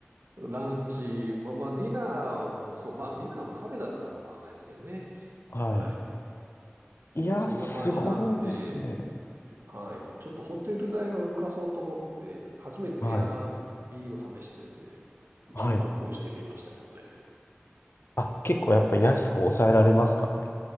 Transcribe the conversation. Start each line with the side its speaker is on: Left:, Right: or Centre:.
Right: ランチ、まあまあ、ディナーもそう、まあ、ディナーもカフェだったらあんま変わんないですけどね。
Left: は
Right: はい。
Left: い。いや、
Right: まあ、そんな感じなんで、
Left: すごいですね。
Right: はい。ちょっとホテル代は浮かそうと思って、初めてエアビーを試してですね、
Left: はい。
Right: 民泊をしてみましたけどね。
Left: はい。あ、結構やっぱ安く抑えられますか